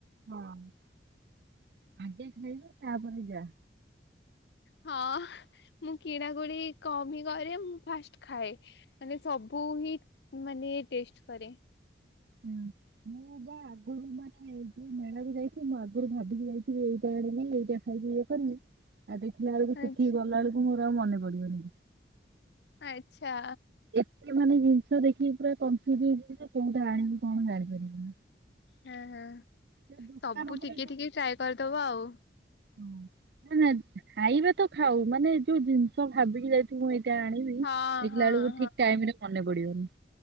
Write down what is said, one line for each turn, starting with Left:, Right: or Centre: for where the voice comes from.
Right: ହଁ ଆଗେ ଖାଇବା ତାପରେ ଯା।
Left: ହଁ, ମୁଁ କିଣାକୁଣି କମ ହିଁ କରେ ମୁଁ ଫାଷ୍ଟ ଖାଏ। ମାନେ ସବୁ ହିଁ, ମାନେ ଟେଷ୍ଟ କରେ।
Right: ଉଁ, ମୁଁ ବା ଆଗରୁ ବା ଏଇ ଯେ ମେଳାକୁ ଯାଇଛି ମୁଁ ଆଗୁରୁ ମୁଁ ଅଧିକ ଯାଇଛି ଏଇଟା <unintelligible> ଏଇଟା ଖାଇକି ଇଏ କରିମି, ଆଉ ଦେଖିଲା ବେଳକୁ
Left: ଆଛା
Right: ସେଠିକି ଗଲା ବେଳକୁ ମୋର ଆଉ ମନେ ପଡିବନି।
Left: ଆଚ୍ଛା।
Right: ଏତେ ମାନେ ଜିନିଷ ଦେଖିକି ପୁରା କନଫ୍ୟୁଜ୍ ହେଇଯିବି ଯେ, କୋଉଟା ଆଣିମି କଣ ଜାଣିପାରିବିନି।
Left: ହଁ, ହଁ,
Right: ଯୋଉ ଦୋକାନ
Left: ସବୁ
Right: ପକେଇ
Left: ଟିକେ ଟିକେ ଟ୍ରାଏ କରିଦବ ଆଉ।
Right: ହଁ ନା, ନା ଖାଇବା ତ ଖାଉ, ମାନେ ଯୋଉ ଜିନିଷ ଭାବିିକି ଯାଇଥିବୁ ମୁଁ ଏଇଟା ଆଣିି ଆଣିବି,
Left: ହଁ
Right: ଦେଖିଲା
Left: ହଁ
Right: ବେଳକୁ ଠିକ ଟାଇମ୍ ରେ ମନେ ପଡିବନି।